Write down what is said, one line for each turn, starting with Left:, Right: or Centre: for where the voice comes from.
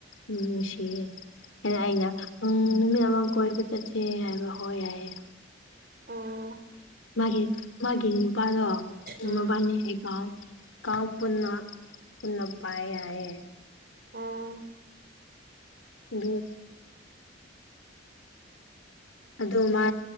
Left: ꯎꯝ ꯁꯤ ꯑꯩꯅ ꯎ ꯅꯨꯃꯤꯠ ꯑꯃ ꯀꯣꯏꯕ ꯆꯠꯁꯦ ꯍꯥꯏꯕ ꯍꯣꯏ ꯌꯥꯏꯑꯦ
Right: ꯑꯣ
Left: ꯃꯥ ꯃꯥꯒꯤꯦ ꯅꯨꯄꯥꯗꯣꯃꯕꯥꯅꯤ
Right: ꯎꯝ
Left: ꯑꯦꯀꯥꯎ ꯀꯝ ꯄꯨꯅ ꯄꯨꯅ ꯄꯌꯦ ꯍꯥꯏ
Right: ꯑꯣ
Left: ꯌꯦ ꯑꯗꯣ ꯃꯥ